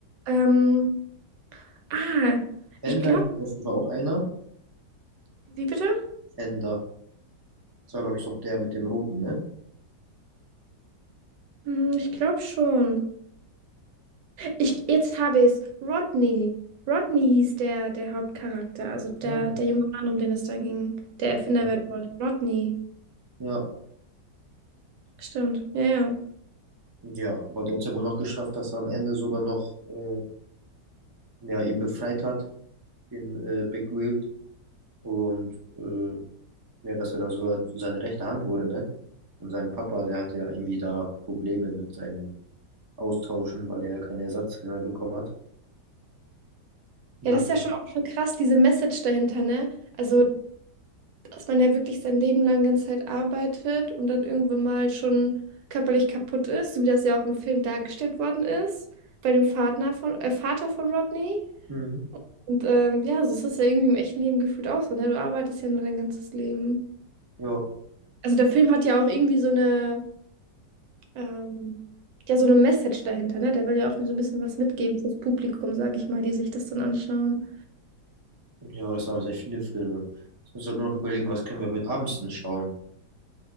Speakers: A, on the right; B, on the right.
A: Ähm, ah,
B: Fender
A: ich glaube,
B: hieß auf jeden Fall auch einer.
A: wie bitte?
B: Fender. Das war, glaube ich, doch der mit dem Roten, ne?
A: Hm, ich glaube schon. Ich, jetzt habe ich es. Rodney. Rodney hieß der, der Hauptcharakter, also der,
B: Ah,
A: der junge Mann, um den es da ging, der Erfinder
B: ja.
A: werden wollte. Rodney.
B: Ja,
A: Stimmt, ja, ja.
B: Ja, aber der hat es ja wohl noch geschafft, dass er am Ende sogar noch äh, ja, ihn befreit hat, den äh, Big Wild. Und äh, ja, dass er dann sogar seine rechte Hand wurde, ne? Und sein Papa, der hatte ja irgendwie da Probleme mit seinem Austauschen, weil der ja keine Ersatzteile mehr bekommen hat. Und
A: Ja,
B: hat
A: das ist ja schon auch schon krass, diese Message dahinter, ne? Also, dass man ja wirklich sein Leben lang ganze Zeit arbeitet und dann irgendwann mal schon körperlich kaputt ist, so wie das ja auch im Film dargestellt worden ist, bei dem Vater von, äh, Vater von Rodney.
B: mhm.
A: Und ähm, ja, so ist es ja irgendwie im echten Leben gefühlt auch so, ne? Du arbeitest ja nur dein ganzes Leben.
B: Ja,
A: Also der Film hat ja auch irgendwie so eine, ähm, ja, so eine Message dahinter, ne? Der will ja auch so ein bisschen was mitgeben fürs Publikum, sage ich mal, die sich das dann anschauen.
B: ja, das haben sehr viele Filme. Jetzt müssen wir nur noch überlegen, was können wir heute abends denn schauen.